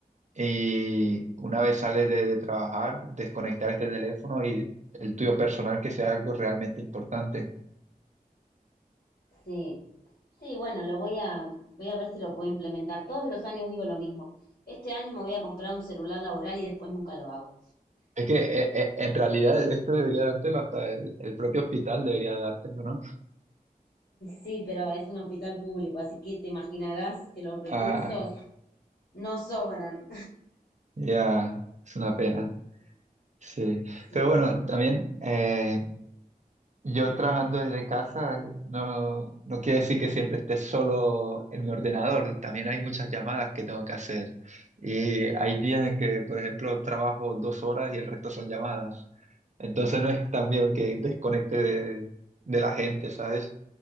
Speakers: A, on the right; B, on the left.
A: y una vez sales de, de trabajar, desconectar este teléfono y el tuyo personal que sea algo realmente importante.
B: Sí. Sí, bueno, lo voy a voy a ver si lo puedo implementar. Todos los años digo lo mismo. Este año me voy a comprar un celular laboral y después nunca lo hago.
A: Es que eh, eh, en realidad esto debería dártelo hasta el, el propio hospital debería dártelo, ¿no?
B: Sí, pero es un hospital público, así que te imaginarás que los recursos
A: Ah,
B: no sobran.
A: ya, es una pena. Sí,
B: Sí.
A: pero bueno, también eh, yo trabajando desde casa no, no quiere decir que siempre esté solo en mi ordenador, también hay muchas llamadas que tengo que hacer y hay días en que, por ejemplo, trabajo dos horas y el resto son llamadas, entonces no es también que desconecte de, de la gente, ¿sabes?